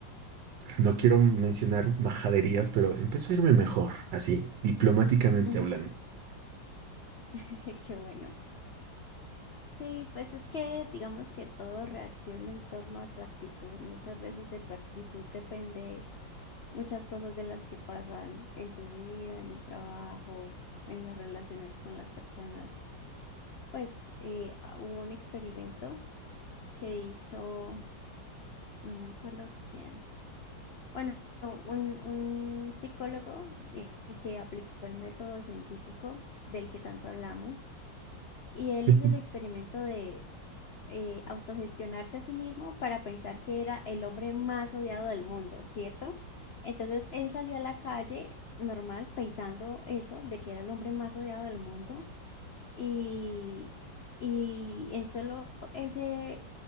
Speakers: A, on the right (about 75°); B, on the left (about 85°).
A: no quiero mencionar majaderías, pero empezó a irme mejor, así, diplomáticamente
B: Ujú,
A: hablando.
B: <laughs> Qué bueno. Sí, pues es que digamos que todo reacciona en torno a tu actitud. Muchas veces de tu actitud depende muchas cosas de las que pasan en tu vida, en el trabajo, en las relaciones con las personas. Pues eh, ah, hubo un experimento que hizo, no me acuerdo quién, bueno, no, un, un psicólogo y, y que aplicó el método científico del que tanto hablamos y él
A: <laughs>
B: hizo el experimento de eh, autogestionarse a sí mismo para pensar que era el hombre más odiado del mundo, ¿cierto? Entonces él salió a la calle normal pensando eso, de que era el hombre más odiado del mundo. Y, y en solo ese